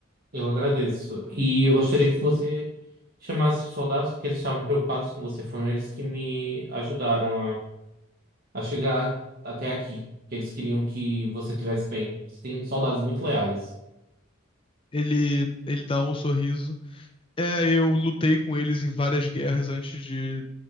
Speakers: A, on the right; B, on the left.
A: Eu agradeço. E eu gostaria que você chamasse os soldados, porque eles estavam preocupados com você. Foram eles que me ajudaram a, a chegar até aqui. Que eles queriam que você tivesse bem. Você tem soldados muito leais.
B: Ele, ele dá um sorriso. É, eu lutei com eles em várias guerras antes de